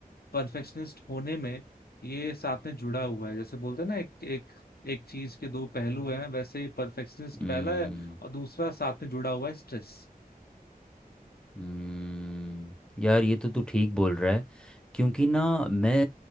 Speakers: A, on the left; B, in the centre.
A: परफेक्शनिस्ट होने में ये साथ में जुड़ा हुआ है जैसे बोलते हैं ना एक एक एक चीज के दो पहलू हैं वैसे परफेक्शनिस्ट
B: हम्म
A: पहला है और दूसरा साथ में जुड़ा हुआ है स्ट्रेस
B: हम्म यार ये तो तू ठीक बोल रहा है क्योंकि ना मैं